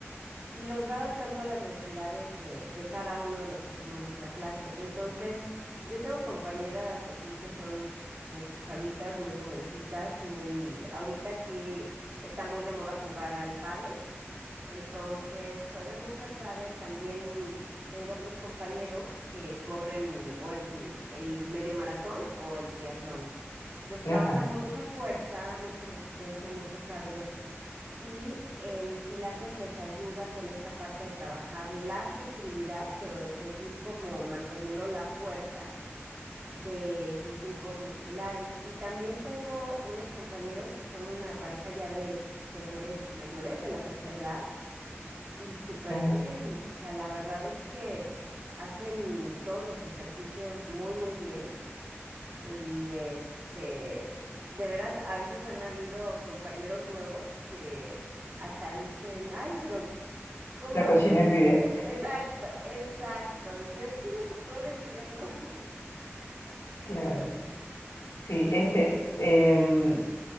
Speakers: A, on the right; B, on the left.
A: y los va adaptando a las necesidades de, de cada uno de los que tomamos la clase. Entonces, yo tengo compañeras así que son pues chavitas, muy jovencitas, muy... Ahorita aquí está muy de moda jugar al pádel, entonces juegan mucho al pádel. También tengo otros compañeros que corren o el, el medio maratón o el triatlón. Entonces
B: ajá,
A: trabajan mucha fuerza, mucha resistencia, mucho cardio y el Pilates les ayuda con esta parte de trabajar la flexibilidad, pero de seguir como manteniendo la fuerza de sus grupos musculares. Y también tengo unos compañeros que son una pareja ya de señores mayores de la tercera edad y súper
B: ajá.
A: bien. O sea, la verdad es que hacen todos los ejercicios muy, muy bien. Y este, de veras, a veces han habido compañeros nuevos que hasta dicen, ay, pero ¿cómo?
B: La cochina envidia,
A: Exacto, exacto. Dicen, es que ellos sí pueden y yo no. <laughs>
B: claro. Sí, este, em,